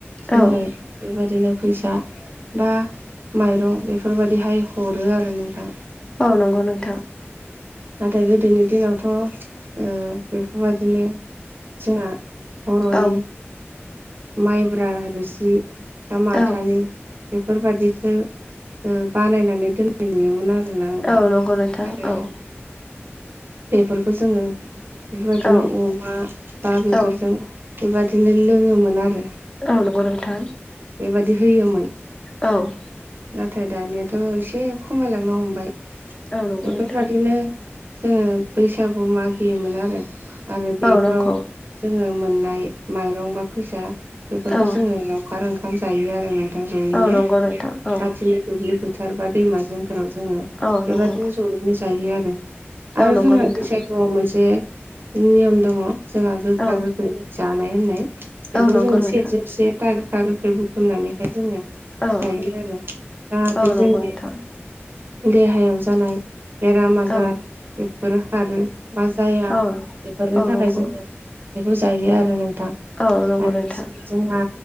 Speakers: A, on the right; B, on the left.
A: जोंनो
B: औ
A: बेबायदिनो फैसा बा माइरं बेफोरबायदिहाय हरो आरो नोंथां
B: औ नंगौ नोंथां
A: नाथाय गोदोनि दिनावथ' ओ बेफोरबायदिनो जोंहा बर'नि
B: औ
A: माइब्रा रोसि बा माथानि
B: औ
A: बेफोरबायादिखौ बानायनानै दोननाय नुयोमोन आरो ना नोंथां
B: औ नंगौ नोंथां
A: आरो
B: औ
A: बेफोरखौ जोंङो बेफोरबायदिनो
B: औ
A: अमा बा बेफोरजों
B: औ
A: बेबायदिनो लोंङोमोन आरो
B: औ नंगौ नोंथां
A: बेबायदि होयोमोन
B: औ
A: नाथाय दानियाथ' एसे खमायलांनो हमबाय
B: औ नंगौ
A: बेफोरबादिनो
B: नोंथां
A: जोंङो बैसागु मागियोमोन आरो आरो बेफोराव
B: औ नंगौ
A: जोंङो मोननाय माइरं बा फैसा बेफोरखौ
B: औ
A: जोंङो लावखार ओंखाम जायो आरो नोंथां जयैनो
B: औ नंगौ नोंथां
A: साखाथिनि
B: औ
A: दुब्लि फो- फोथार बा दैमा जेंफोराव जोंङो
B: औ नंगौ
A: बेबायदिनो ज'यैनो जायो आरो
B: औ
A: आरो
B: नंगौ
A: जोंहा
B: नोंथां
A: बैसागुआव मोनसे नियम दं जोंहा गोखा
B: औ
A: गोखै जानाय लोंनाय बेखौ
B: औ नंगौ
A: जोङो
B: नोंथां
A: सेरजौ से था गोखा गोखै बुथुमनानैहाय जोंङो
B: औ
A: जायो आरो जाहाथे
B: औ
A: जोंनि
B: नंगौ नोंथां
A: देहायाव जानाय बेराम आजार
B: औ
A: बेफोर खारो बा जाया
B: औ
A: बेफोरनि
B: औ
A: थाखाय
B: नंगौ
A: जोंङो बेखौ जायो आरो नोंथां
B: औ नंगौ
A: आरो
B: नोंथां
A: जेरै जोंहा